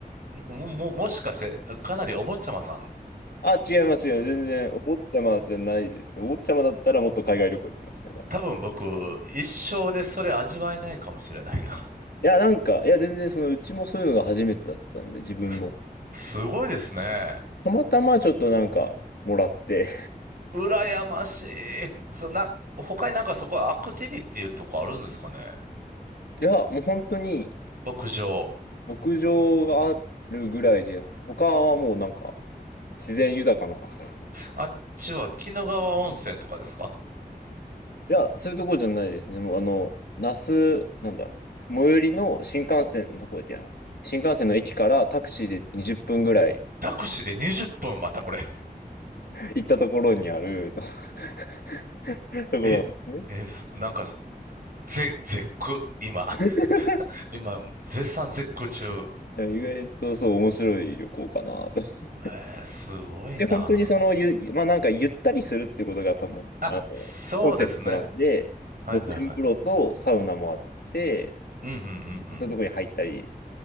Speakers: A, on the right (about 60°); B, on the left (about 80°).
A: ーも、も、ももしかして、かなりお坊ちゃまさん。
B: あ、違いますよ。全然、お坊ちゃまじゃないですね。お坊ちゃまだったらもっと海外旅行行ってますね。
A: 多分僕、一生でそれ味わえないかもしれないな。
B: いや、なんか、いや、全然、その、うちもそういうのが初めてだったんで、自分も。
A: す、すごいですね。
B: たまたまちょっとなんかもらって
A: 羨ましい。そ、な、他になんかそこはアクティビティとかあるんですかね
B: <laughs> いや、もう本当に
A: 牧場。
B: 牧場があるぐらいで、他はもうなんか自然豊かな。<laughs>
A: あっちは鬼怒川温泉とかですか
B: いや、そういうとこじゃないですね。もうあの、那須、なんだ、最寄りの新幹線のとこや。新幹線の駅からタクシーで20分ぐらい
A: タクシーで20分またこれ。
B: 行ったところにある <laughs> ところなんで
A: え、え、すなんか、ぜ、絶句、今。
B: すね。
A: <laughs>
B: <laughs>
A: 今、絶賛絶句中。
B: いや、意外とそう面白い旅行かなと。
A: えー、すごいな。
B: で、本当にその、ゆ、まあなんかゆったりするってことがやっぱもう、
A: あ、
B: あの、
A: そうですね。
B: コンセプトなんで、
A: はいはいはい。
B: 露天風呂とサウナもあって、
A: うんうんうんう
B: そういうとこに入ったり、
A: ん。